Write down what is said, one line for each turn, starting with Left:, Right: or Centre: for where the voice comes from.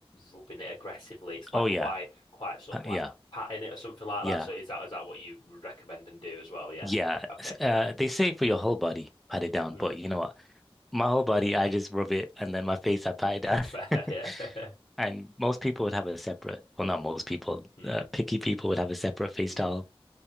Left: rubbing it aggressively. It's like
Centre: Oh yeah,
Left: quite quite sort
Centre: Pa-
Left: of like
Centre: yeah,
Left: patting it or something like
Centre: yeah,
Left: that. So is that is that what you would recommend and do as well? Yeah.
Centre: yeah.
Left: Okay,
Centre: S- Uh,
Left: cool.
Centre: they say for your whole body, pat it down,
Left: Hmm.
Centre: but you know My whole body, I just rub it, and then my face, I pat it
Left: <laughs>
Centre: down.
Left: Fair,
Centre: <laughs>
Left: yeah. <laughs>
Centre: And most people would have a separate, well, not most people,
Left: Hmm.
Centre: uh, picky people would have a separate face
Left: Hmm.
Centre: towel.